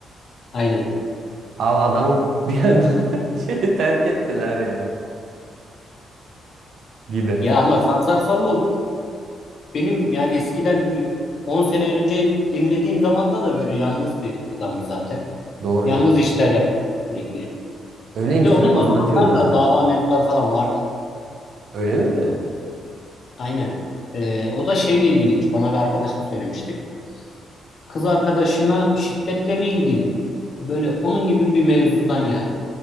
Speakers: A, on the left (about 55°); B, on the right (about 70°).
A: Aynen.
B: Abi adamı bir anda <laughs> şey terk ettiler yani gibi.
A: Ya ama Sansar Salvo benim yani eskiden bir 10 sene önce dinlediğim zamanda da böyle yalnız bir adamdı zaten.
B: Doğru
A: Yalnız
B: canım.
A: işler yapıyor sürekli.
B: Öyleymiş
A: Bir de onun
B: canım
A: o
B: anlatıyor
A: zamanlar
B: zaten.
A: da dava mevzuları falan vardı.
B: Öyle mi?
A: Aynen. Ee, o da şeyle ilgiliymiş. Bana bir arkadaşım söylemişti. Kız arkadaşına şiddetle mi ilgili? Böyle onun gibi bir mevzudan yani.